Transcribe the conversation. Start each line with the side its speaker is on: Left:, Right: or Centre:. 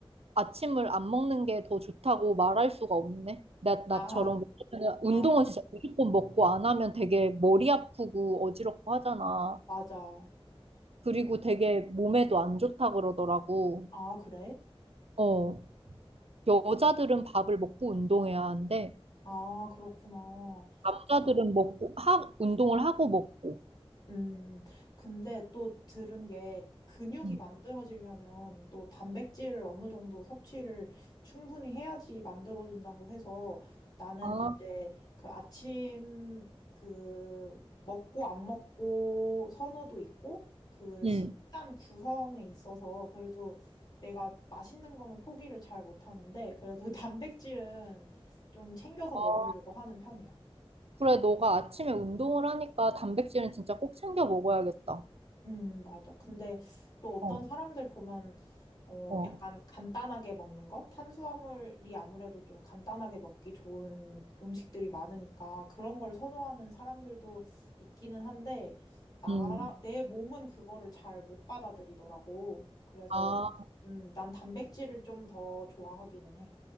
Right: 아침을 안 먹는 게 더 좋다고 말할 수가 없네. 나,
Left: 아,
Right: 나처럼. 왜냐면 운동은
Left: 아,
Right: 진짜 무조건 먹고 안 하면 되게 머리 아프고 어지럽고 하잖아.
Left: 맞아.
Right: 그리고 되게 몸에도 안 좋다 그러더라고.
Left: 아, 그래?
Right: 어, 여자들은 밥을 먹고 운동해야 하는데,
Left: 아, 그렇구나.
Right: 남자들은 먹고, 하, 운동을 하고 먹고.
Left: 음, 근데 또 들은 게 근육이
Right: 음.
Left: 만들어지려면 또 단백질을 어느 정도 섭취를 충분히 해야지 만들어진다고 해서 나는
Right: 아,
Left: 이제 그 아침 그 먹고 안 먹고 선호도 있고 그
Right: 음.
Left: 식단 구성에 있어서 그래도 내가 맛있는 거는 포기를 잘 못하는데 그래도 <laughs> 단백질은 좀 챙겨서
Right: 어,
Left: 먹으려고 하는 편이야.
Right: 그래, 너가 아침에 운동을 하니까 단백질은 진짜 꼭 챙겨 먹어야겠다.
Left: 음, 맞아. 근데 또 어떤
Right: 어,
Left: 사람들 보면, 어,
Right: 어.
Left: 약간 간단하게 먹는 거? 탄수화물이 아무래도 좀 간단하게 먹기 좋은 음식들이 많으니까 그런 걸 선호하는 사람들도 있기는 한데, 나라,
Right: 음.
Left: 내 몸은 그거를 잘 못 받아들이더라고. 그래서,
Right: 아,
Left: 음, 난 단백질을 좀 더 좋아하기는 해.